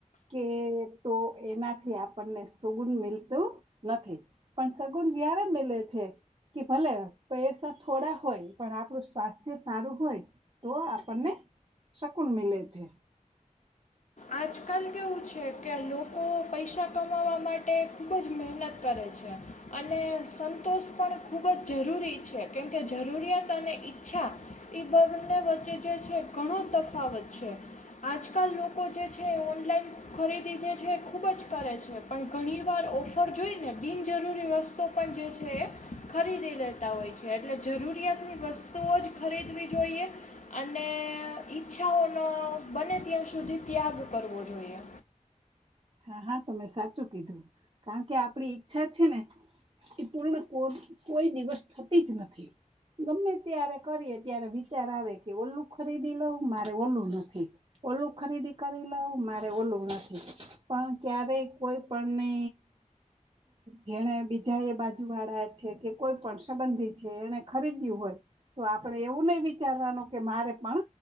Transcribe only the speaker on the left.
આજકાલ કેવું છે કે લોકો પૈસા કમાવવા માટે ખૂબ જ મહેનત કરે છ છે. અને સંતોષ પણ ખૂબ જ જરૂરી છે કેમ કે જરૂરિયાત અને ઈચ્છા ઈ બન્ને વચ્ચે જે છે ઘણો તફાવત છે. આજકાલ લોક કો જે છે એ ઓનલાઈન ખરીદી જે છે એ ખૂબ જ કરે છે, પણ ઘણી વાર ઓફર જોઈને બિનજરૂરી વસ્તુ પણ જે છે એ ખરીદી લેતાં હોય છે, એટલે જરૂરિયાતની વસ સ્તુઓ જ ખરીદવી જોઈએ, અને ઈચ્છાઓનો બને ત્યાં સુધી ત્યાગ કરવો જોઈએ.